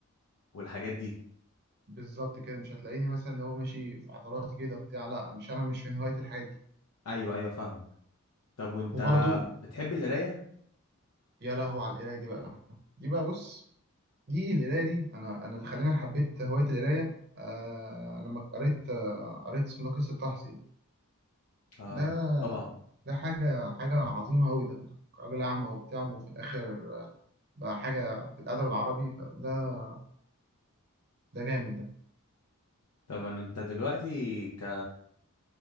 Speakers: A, on the left (about 75°); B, on the right (about 45°).
A: والحاجات دي
B: بالظبط كده مش هتلاقيني مثلا اللي هو ماشي في عضلاتي كده بتاع لا مش أنا مش من هواية الحاجات دي
A: ايوه ايوه فاهمك طب وانت
B: وبرضو
A: بتحب القرايه
B: يا لهو على القراية دي بقى دي بقى بص دي القراية دي أنا أنا اللي خلاني حبيت هواية القراية آه لما قريت آه قريت اسمه ده قصة تحصي
A: اه
B: ده
A: طبعا
B: ده حاجة حاجة عظيمة أوي ده راجل أعمى وبتاع وفي الآخر آه، بقى حاجة في الأدب العربي فده ده جامد ده
A: طب أنا- انت دلوقتي ك...